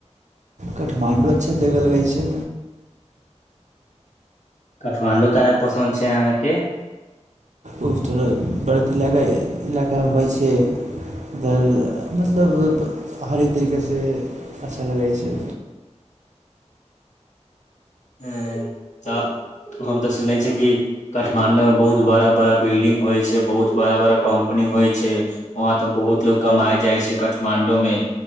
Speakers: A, on the right (about 80°); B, on the left (about 80°).
A: काठमांडू अच्छा जगह लगै छै
B: काठमाण्डू काहे पसन्द छै अहाँके
A: ओ थोड़ा बर्फ इलाका इलाका होइ छै उधर मतलब हरेक तरीकासँ अच्छा लगै छै
B: हें तऽ हम तऽ सुनै छियै कि काठमाण्डूमे बहुत बड़ा बड़ा बिल्डिंग होइ छै बहुत बड़ा बड़ा कम्पनी होइ छै वहाँ तऽ बहुत लोको कमाइ जाइ छै काठमाण्डूमे